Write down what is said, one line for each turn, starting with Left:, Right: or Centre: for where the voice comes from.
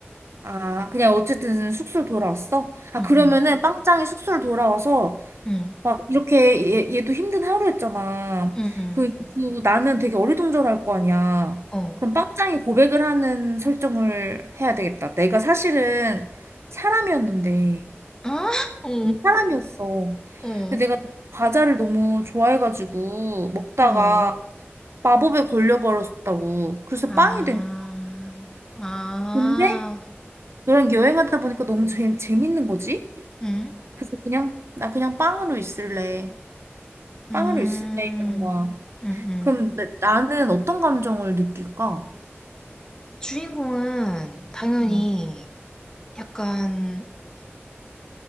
Right: 아, 그냥 어쨌든 숙소로 돌아왔어? 아,
Left: 응,
Right: 응. 그러면은
Left: 응,
Right: 빵짱이 숙소로 돌아와서
Left: 응,
Right: 막 이렇게 얘, 얘도 힘든 하루였잖아.
Left: 응,
Right: 그, 그 나는 되게 어리둥절할 거 아니야.
Left: 응. 어.
Right: 그럼 빵짱이 고백을 하는 설정을 해야 되겠다. 내가 사실은 사람이었는데,
Left: 아? 어,
Right: 사람이었어.
Left: 어,
Right: 근데 내가 과자를 너무 좋아해가지고 먹다가
Left: 어.
Right: 마법에 걸려버렸다고. 그래서
Left: 아,
Right: 빵이 된 거야.
Left: 아,
Right: 근데 너랑 여행하다 보니까 너무 재, 재밌는 거지?
Left: 응?
Right: 그래서 그냥 나 그냥 빵으로 있을래.
Left: 음,
Right: 빵으로 있을래 이러는 거야.
Left: 응, 응.
Right: 그럼 나- 나는 어떤 감정을 느낄까?
Left: 주인공은 당연히
Right: 음.
Left: 약간